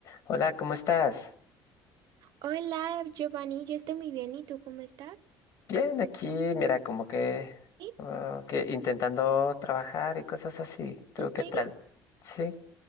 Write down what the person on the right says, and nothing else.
Hola, Giovanni, yo estoy muy bien. ¿Y tú cómo estás?
¿Sí?
¿En serio?